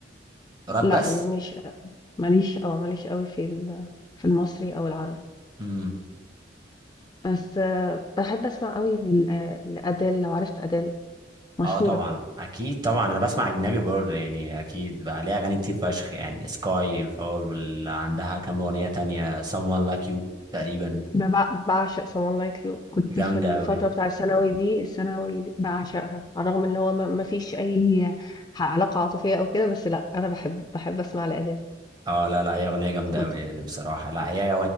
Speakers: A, on the right (about 25°); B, on the left (about 20°).
A: راب
B: لا
A: بس
B: مش ماليش اه ماليش قوي في ال- في المصري أو العربي
A: امم
B: بس باحب أسمع أوي ل لأديل لو عارف أديل مشهورة،
A: اه طبعا اكيد طبعا انا بسمع اجنبي برضه يعني اكيد بقى ليها اغاني كتير فشخ يعني سكاي فاول واللي عندها كام اغنيه تانية someone like you تقريبا
B: ب باع باعشق Someone Like You كنت
A: جامده
B: في الفترة
A: قوي
B: بتاع الثانوي دي الثانوي دي باعشقها، على الرغم إن هو ما ما فيش أي ح علاقة عاطفية أو كده، بس لأ أنا باحب باحب أسمع لأديل
A: اه لا لا هي اغنيه جامده
B: صوتها
A: قوي يعني بصراحه لا هي هي